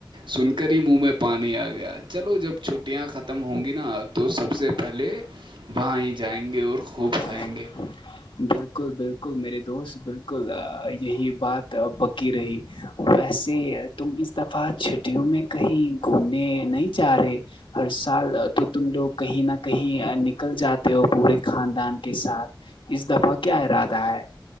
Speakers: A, on the right; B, on the left.
A: سن کر ہی منہ میں پانی آ گیا چلو جب چھٹیاں ختم ہوں گی نا تو سب سے پہلے وہاں ہی جائیں گے اور خوب
B: بالکل
A: کھائیں گے
B: بالکل بالکل میرے دوست بالکل یہی بات پکی رہی ویسے تم اس دفعہ چھٹیوں میں کہیں گھومنے نہیں جا رہے ہر سال تو تم لوگ کہیں نہ کہیں نکل جاتے ہو پورے خاندان کے ساتھ اس دفعہ کیا ارادہ ہے